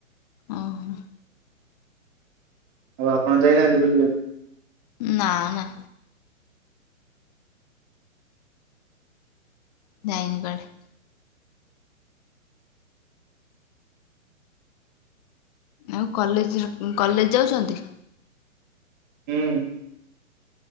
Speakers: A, on the left (about 30°); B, on the right (about 35°).
A: ଓହୋ
B: ଆଉ ଆପଣ ଯାଇନାହାନ୍ତି ବୁଲିବାକୁ?
A: ନାହା ଯାଇନି କୁଆଡେ। ଆଉ କଲେର କଲେଜ ଯାଉଚନ୍ତି?
B: ହୁଁ।